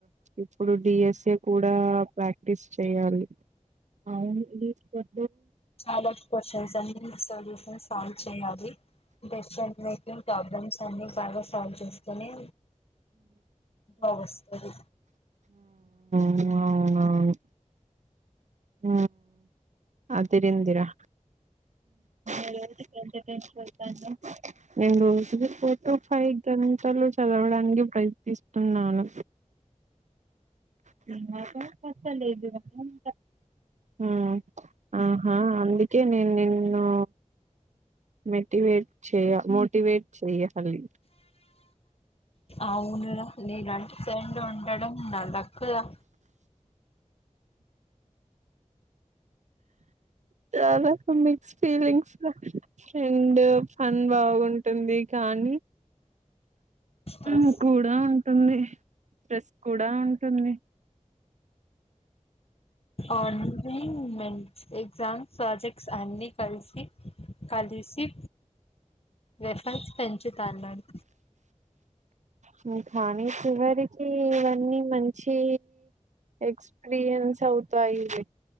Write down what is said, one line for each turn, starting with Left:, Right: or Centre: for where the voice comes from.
Right: ఇప్పుడు డిఎస్ కూడాప ప్రాక్టీస్ చేయాలి ఆ ఆ
Left: చాలా క్వశ్చన్స్ అన్ని సొల్యూషన్స్ సాల్వ్ చేయాలి డెసిషన్ మేకింగ్ ప్రాబ్లమ్స్ అన్ని బాగా సాల్వ్ చేస్తేనే జాబ్ వస్తది
Right: అవు అవునావు హ అదిరందీరా <inaudible> ఎన్ని రోజులు పోత ఫై గంటల చదవడానికి ప్రయత్నిస్తున్నాను <unintelligible> మ్ ఆహా అందుకే నేను నిన్ను మెటివేట్ చే మోటివేట్ చెయాలి
Left: అవును రా లేలాంటి సెండ్ ఉండడం నా లక్ రా
Right: యా లక్ ఉంధి ఫీలింగ్స్ ల అండ్ ఫన్ బాగుంటుంది కానీ
Left: స్ట్రెస్
Right: హుమ్ కూడా ఉంటుంది స్ట్రెస్ కూడా ఉంటుంది
Left: అన్నీ అండ్ సే ఎగ్జామ్స్ ప్రాజెక్ట్స్ అన్ని కలిసి కలిసి <unintelligible> పెంచుతా అన్నాడు
Right: హ్మ్ కానీ చివరికీ ఇవన్నీ మంచీ ఎక్స్పీరియన్స్ అవుతాయి లే